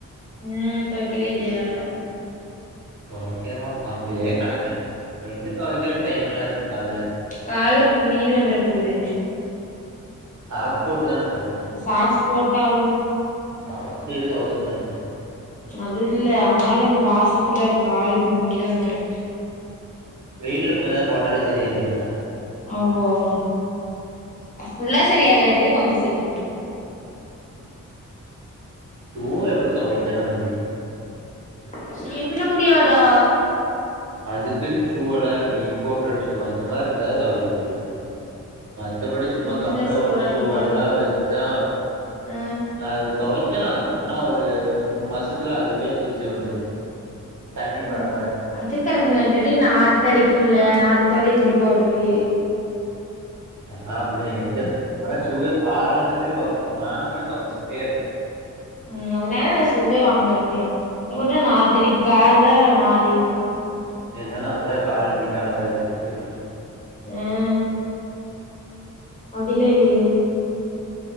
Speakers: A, on the left; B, on the right.
A: ம் தொவைக்கவே இல்லயா
B: தொவைக்கல தா அப்டியே கடக்கு இப்ப எங்க தொவைக்கற டைமெல்லா இருக்கு காலைல
A: கால்ல புண்ணு இது வந்துற போது
B: சாக்ஸ் போட்டு தான போவே
A: சாக்ஸ் போட்டாலு
B: சாக்ஸ் டெய்லி தொவச்சி தா போடுவே
A: அது இல்ல ஆனாலு அந்த வாசத்துல கால் புண்ணு கிண்ணு வந்துரு
B: வெயில்ல கொஞ்ச நேரோ போட்டாலே சரியாகும்ல
A: ஆவு ஆவு ஃபுல்லா சரியாகாது கொஞ்சோ சரியாகு
B: ஷூவ எப்டி தொவைக்கலா முடியு
A: <unintelligible> பின்ன முடியாதா
B: அதுக்குன்னு ஷூவலா இருக்கு இம்போர்ட்டட் ஷூ அந்த மாரி இருந்தா தா தொவைக்க முடியு மத்தபடி சும்மா
A: எந்த
B: கம்முல
A: ஷூவா
B: ஒட்ன ஷூவல்லா
A: இருந்தாலு
B: வச்சா
A: ஆ
B: அது தொவைக்கலா ஆனா ஒரு மூணு மாசத்துல அதுவே பிஞ்சு வந்துரு தண்ணி பட
A: அது
B: பட
A: அது கரெக்ட்டு தா இல்லாட்டி நாத்த அடிக்கிமுல்ல நாத்தத்தோட எப்டி போட்றது
B: அதலா அப்டிதா எந்த நாலா ஷூவே பாரம்பச்சமே பாக்க மாட்ட வாங்னா தொவச்சுக்கிட்டே இருப்பே
A: ம் அதுனால நா ஷூவே வாங்க மாட்டனே அ உள்ள நாத்தடிக்கு கால் தா நாரிரூ
B: இருந்தாலு அப்ப தா கால் நீட்டா அழகா <unintelligible> இருக்கு
A: ம் அப்டிலா இல்லையே